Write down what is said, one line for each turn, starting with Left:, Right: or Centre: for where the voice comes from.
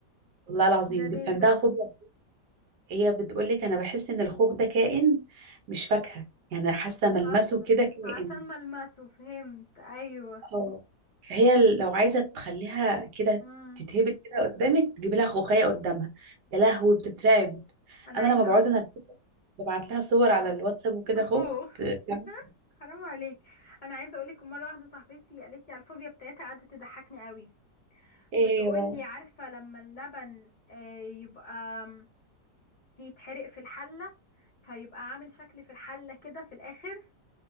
Right: والله العظيم
Left: ده
Right: بيبقى
Left: ليه
Right: عندها
Left: ده
Right: فوبيا هي بتقول لك انا بحس ان الخوخ ده كائن مش فاكهه يعني حاسه ملمسه
Left: اصلا
Right: كده كائن
Left: عشان ملمسه فهمت ايوه
Right: اه فهي لو عايزه تخليها كده
Left: امم
Right: تتهبل كده قدامك تجيبي لها خوخيه قدامها يا لهوي بتترعب
Left: انا
Right: انا
Left: عايزة
Right: لما بعوز انا ببعت لها صور على الواتساب وكده
Left: اخوه
Right: خوخ بتعمل
Left: ها حرام عليك انا عايزه اقولك مره واحده صاحبتي قالت لي على الفوبيا بتاعتها قعدت تضحكني قوي
Right: ايه
Left: بتقول
Right: هي بقى
Left: لي عارفه لما اللبن آه، يبقى آم، يتحرق في الحله فيبقى عامل شكل في الحله كده في الاخر